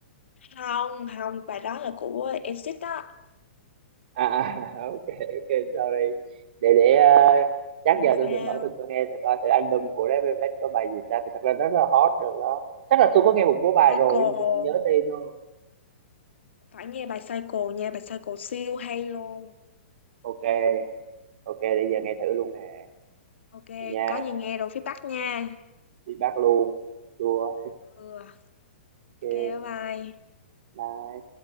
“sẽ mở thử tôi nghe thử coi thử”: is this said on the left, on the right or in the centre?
Right